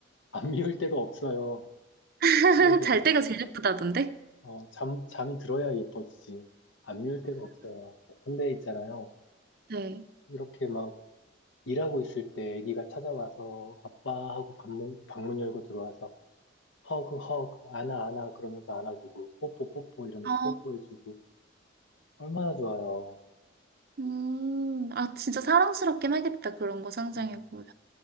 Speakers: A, on the left (about 80°); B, on the right (about 50°).
A: 안 미울 때가 없어요.
B: <laughs>
A: 키우다 보면.
B: 잘 때가 제일 예쁘다던데?
A: 어, 잠, 잠이 들어야 예뻐지지. 안 미울 때가 없어요. 근데 있잖아요.
B: 네.
A: 이렇게 막 일하고 있을 때 아기가 찾아와서 아빠하고 방문, 방문 열고 들어와서 허그, 허그, 안아, 안아 그러면서 안아주고, 뽀뽀, 뽀뽀 이러면서
B: 아,
A: 뽀뽀해주고, 얼마나 좋아요.
B: 음, 아, 진짜 사랑스럽긴 하겠다. 그런 거 상상해보면.
A: 음,